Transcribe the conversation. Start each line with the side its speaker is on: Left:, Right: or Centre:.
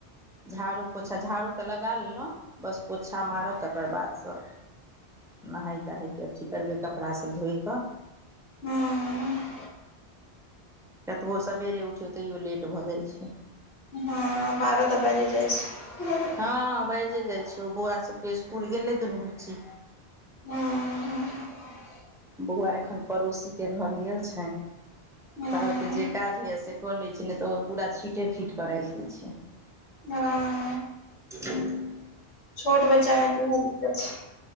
Centre: झाड़ू पोछा, झाड़ू तऽ लगा लेलहुँ, बस पोछा मारब तकर बाद स नहाय तहायके अथी करबै, कपड़ा सभ धोइ कऽ।
Left: हूँऽ
Centre: कतबो सबेरे उठियौ, तैयो लेट भऽ जाइ छै।
Left: हँ बारह तऽ बाजे जाइ छै।
Centre: हँ बाजे जाइ छै, बौआ सबके स्कुल गेलै दुनू बुच्ची।
Left: हूँ- हूँ
Centre: बौउआ एखन पड़ोसी के घर गेल छैन,
Left: हूँ
Centre: ताबे जे काज होयया से क ले छी। नहि तऽ, ओ पूरा छीटे फीट कऽ राखि दय छै।
Left: हँऽ
Centre: <inaudible>
Left: छोट बच्चा मे त उहे दिक्कत छै।